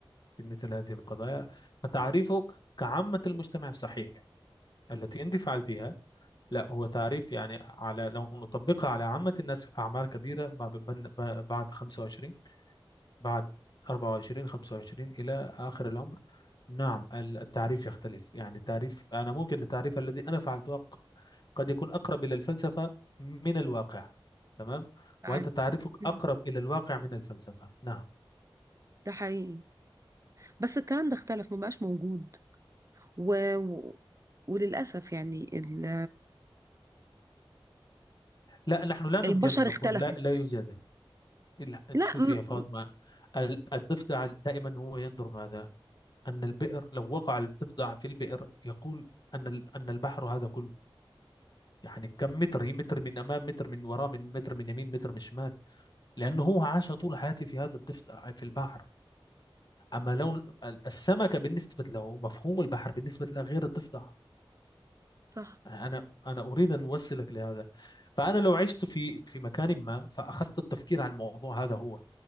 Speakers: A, on the left; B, on the right.
A: في مثل هذه القضايا فتعريفك كعامه المجتمع صحيح التي انت فعلتيها لا هو تعريف يعني على لو نطبقها على عامة الناس أعمار كبيرة بعد بن- بعد 25 بعد 24 25 إلى آخر الأمر نعم ال- التعريف يختلف يعني تعريف أنا ممكن التعريف الذي أنا فعلته ق- قد يكون أقرب إلى الفلسفة من الواقع تمام
B: معاك
A: وأنت تعريفك
B: مم.
A: أقرب إلى الواقع من الفلسفة نعم
B: ده حقيقي بس الكلام ده اختلف ما بقاش موجود و... و... وللاسف يعني ال...
A: لا نحن لا يمكن
B: البشر
A: أن نقول
B: اختلفت
A: لا لا يوجد إلا أن
B: لا
A: تشوفي
B: م... م-
A: يا فاطمة ال- الضفدع دائما هو ينظر ماذا أن البئر لو وقع الضفدع في البئر يقول أن ال- أن البحر هذا كله يعني كم متر هي متر من أمام متر من وراء من متر من يمين متر من شمال لأنه هو عاش طول حياته في هذا الضفدع في البحر أما لون ال- السمكة بالنسبة له مفهوم البحر بالنسبة له غير الضفدع
B: صح
A: أنا أنا أريد أن أوصلك لهذا فأنا لو عشت في في مكان ما فأخذت التفكير عن الموضوع هذا هو